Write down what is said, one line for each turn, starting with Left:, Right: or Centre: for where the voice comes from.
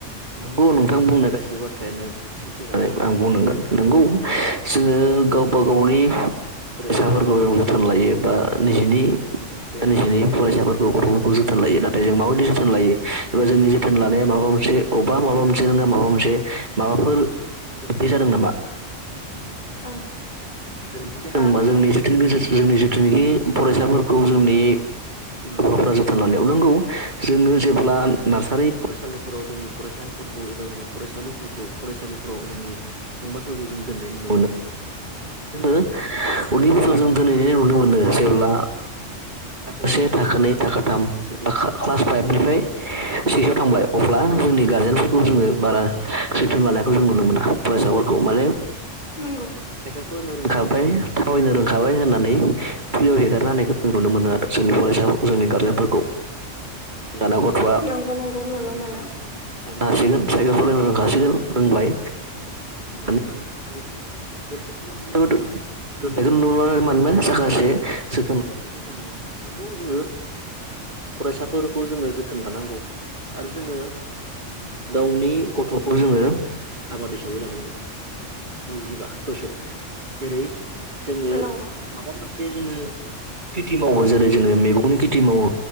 Right: नंगौ नोंथां बुंनाय गासिबो बाथ्रायानो सैथो होननानै आं बुंनांगोन नंगौ जोङो गावबा गावनि फरायसाफोरखौ जों जोथोन लायो बा निजिनि बिमा बिफाया निजिनि फरायसाफोरखौ गथफोरखौ जोथोन नाथाय जोङो माबादि जोथोन लायो एबा जोंनि जोथोन लानाया
Left: ओं
Right: माबा मोनसे अबावबाय माबा मोनसे माबा मोनसे माबाफोर गोरोन्थि जादों नामा?
Left: ओं।
Right: गोरोन्थि जादोंबा
Left: हा
Right: जोंनि जिथ जोंनि जिथुनिखि फरायसाफोरखौ जोंनि बिमा बिफाफोरा
Left: ओं
Right: जोथोन लानायाव नोंगौ जोङो जेब्ला नार्सारि फरायसालिफोराव जोंनि फरायसाफोरखौ एबा जोंनि फरायसालिफोरखौ फरायसालिफोराव जोंनि फंबायफोरखौ जों दोननाय नुनो मोनो।
Left: <inaudible>
Right: जोङो उन्दै जों दोनैनाय नुनो मोनो जेब्ला थाखो
Left: औ
Right: से थाखो नै थाखो थाम जेनब्ला खा क्लास फाइभनिफ्राय सिक्सआव थांबाय अब्ला जोंनि गार्जेनफोरखौ जोङो बारा जोथोन लानायखौ जों नुनो मोना फरायसा फोरखौ माने
Left: नंगौ।
Right: साइकेल रोंखाबाय थाबायनो रोंखाबाय होननानै फ्रियाव हेगारनो हानायखौ जों नुनो मोनो आरो जोंनि फरायसा जोंनि गारजेनफोरखौ। जोंङाना गथआ
Left: नंगौ नंगौ नुनो
Right: रोंखाबाय
Left: मोनो
Right: थांनो हासिगोन
Left: ओं
Right: साइकेल सालायनो रोंखासिगोन खेल रोंबाय मोने <unintelligible> नायनायखौ नुनो मोनो मानोना साखासे जोथोन लायखौबो जों नु नुनो मोन नोंगौ जोंनो जों फरायसाफोरखौ जोङो जोथोन लानांगौ आरो जोङो गावनि गथ'खौ जोङो आबाद हिसाबै लानांगौ। नैजिबा बोसोर जेरै जोङो
Left: नंगौ
Right: माबा मोनसे जोङो खेथि मावो जेरै जोङो मैगंनि खेथि मावो